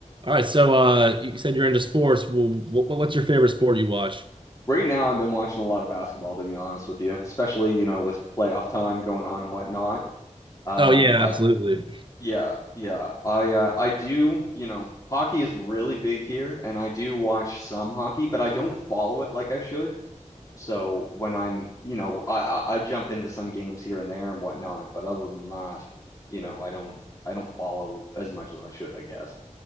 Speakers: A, on the right; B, on the left.
A: All right, so uh, you said you're into sports. Well, what, what's your favorite sport you watch?
B: Right now, I've been watching a lot of basketball, to be honest with you, especially, you know, with playoff time going on and whatnot. Um,
A: Oh yeah,
B: I,
A: absolutely.
B: yeah, yeah, I, uh, I do, you know, hockey is really big here, and I do watch some hockey, but I don't follow it like I should. So when I'm, you know, I, I I jump into some games here and there and whatnot, but other than that, you know, I don't, I don't follow as much as I should, I guess.